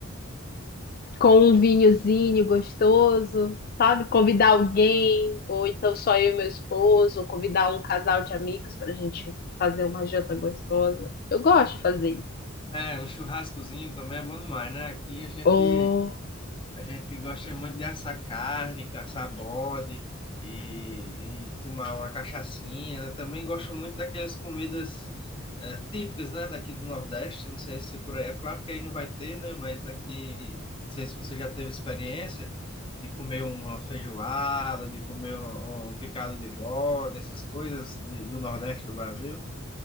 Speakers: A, on the left; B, on the left.
A: com um vinhozinho gostoso, sabe? Convidar alguém, ou então só eu e meu esposo, ou convidar um casal de amigos para a gente fazer uma janta gostosa. Eu gosto de fazer isso.
B: é, um churrascozinho também é bom demais, né? Aqui a gente
A: Ou,
B: A gente gosta muito de assar carne, caçar bode e, e tomar uma cachaçinha. Eu também gosto muito daquelas comidas eh, típicas, né, daqui do Nordeste. Não sei se por aí, é claro que aí não vai ter, né, mas aqui, não sei se você já teve experiência de comer uma feijoada, de comer um, um picado de bode, essas coisas de- do Nordeste do Brasil.